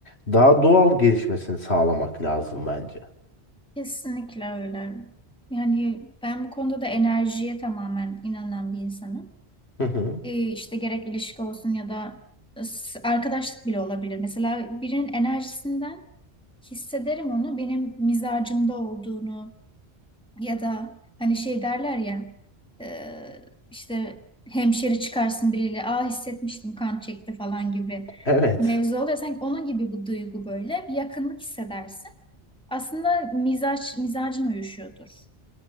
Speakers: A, on the left; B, in the centre.
A: daha doğal gelişmesini sağlamak lazım bence.
B: Kesinlikle öyle. Yani ben bu konuda da enerjiye tamamen inanan bir insanım.
A: Hı hı.
B: Ee, işte gerek ilişki olsun ya da s- arkadaşlık bile olabilir. Mesela birinin enerjisinden hissederim onu benim mizacımda olduğunu ya da hani şey derler ya e, işte hemşeri çıkarsın biriyle aa hissetmiştim kan çekti falan gibi
A: Evet.
B: mevzu oluyor. Sanki onun gibi bu duygu böyle bir yakınlık hissedersin. Aslında mizaç, mizacın uyuşuyordur